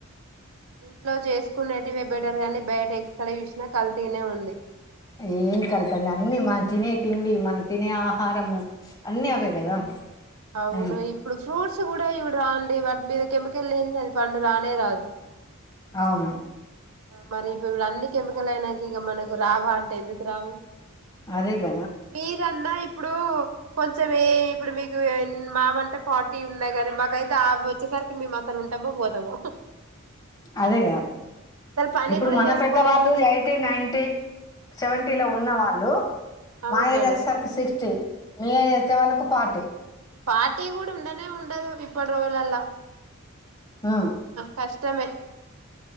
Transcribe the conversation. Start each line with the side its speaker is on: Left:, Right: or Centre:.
Right: ఇంట్లో చేసుకునేటివే బెటర్ గాని బయట ఎక్కడ చూసినా కల్తీనే ఉంది
Left: ఏం కల్తండి అన్ని మనం తినే తిండి మనం తినే ఆహారము అన్నీ అవే కదా
Right: అవును
Left: ఉమ్
Right: ఇప్పుడు ఫ్రూట్స్ కూడా ఇవిడు రాండి వాటి మీద కెమికల్ లేంది అది పండు రానే రాదు
Left: అవును
Right: మరి ఇప్పుడు అన్ని కెమికల్ అయినాక ఇక మనకు రావా అంటే ఎందుకు రావు
Left: అదేగద
Right: మీరన్నా ఇప్పుడు కొంచెం ఇప్పుడు మీకు మామంటే ఫార్టీ ఉన్నాయి కానీ మాకైతే ఆ వచ్చేసరి మేమసలు ఉంటమో పోతమో
Left: అదేగా
Right: పని
Left: ఇప్పుడు
Right: కూడా
Left: మన
Right: చేసుకోలేని
Left: పెద్దవాళ్ళు
Right: పిచ్చి
Left: ఎయి టి నైన్టీ సెవెంటీ లో ఉన్న వాళ్ళు
Right: అవును
Left: మా ఏజ్
Right: మేడం
Left: వచ్చేసరికి సిక్స్టీ మీలా చేసే వాళ్ళకు ఫాటీ
Right: ఫాటీ కూడా ఉండనే ఉండదు ఇప్పుడోళ్ళల్లా
Left: హ్మ్
Right: కష్టమే